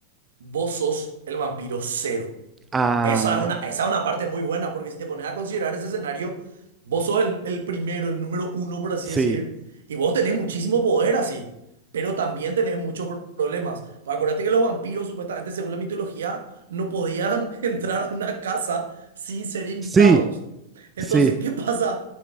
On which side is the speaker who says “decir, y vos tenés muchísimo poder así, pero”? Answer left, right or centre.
Right